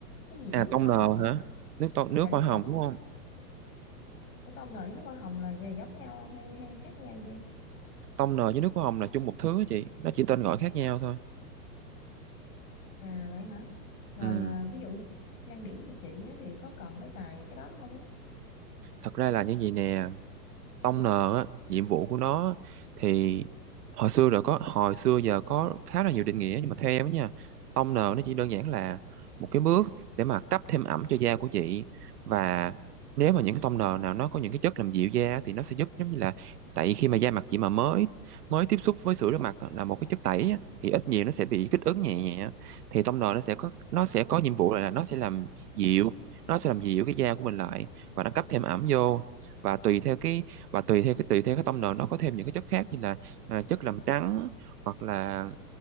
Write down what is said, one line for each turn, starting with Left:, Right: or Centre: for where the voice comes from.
Left: cái gì
Right: à,
Left: nước
Right: tông
Left: hoa
Right: nờ
Left: hồng hay
Right: hả? Nước tông nước
Left: à đúng
Right: hoa hồng
Left: rồi
Right: đúng không?
Left: ủa tông nợ với nước hoa hồng là về giống nhau không hay hay khác nhau vậy em
Right: Tông nờ với nước hoa hồng là chung một thứ á chị, nó chỉ tên gọi khác nhau thôi.
Left: à vậy hả rồi
Right: Ừm,
Left: à, ví dụ như trang điểm như chị á, thì có cần phải xài cái đó không á
Right: thật ra là như vậy nè, Tông N á, nhiệm vụ của nó thì hồi xưa rồi có hồi xưa giờ có khá là nhiều định nghĩa nhưng mà theo em á nha Tông N nó chỉ đơn giản là một cái bước để mà cấp thêm ẩm cho da của chị và nếu mà những cái tông N nào nó có những cái chất làm dịu da thì nó sẽ giúp giống như là tại khi mà da mặt chị mà mới mới tiếp xúc với sữa rửa mặt á, là một cái chất tẩy á, thì ít nhiều nó sẽ bị kích ứng nhẹ nhẹ thì tông N nó sẽ có nó sẽ có nhiệm vụ là nó sẽ làm dịu nó sẽ làm dịu cái da của mình lại và nó cấp thêm ẩm vô và tùy theo cái và tùy theo cái tùy theo cái tông nền nó có thêm những cái chất khác như là à, chất làm trắng hoặc là